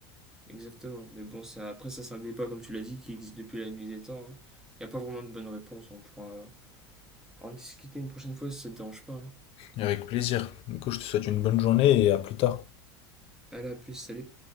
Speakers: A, in the centre; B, on the left (about 45°).
A: exactement. Mais bon, ça, après, ça, c'est un débat, comme tu l'as dit, qui existe depuis la nuit des temps. Il n'y a pas vraiment de bonne réponse. On pourra en discuter une prochaine fois si ça te dérange pas. hein.
B: Avec plaisir. Du coup, je te souhaite une bonne journée et à plus tard.
A: Allez, à plus, salut.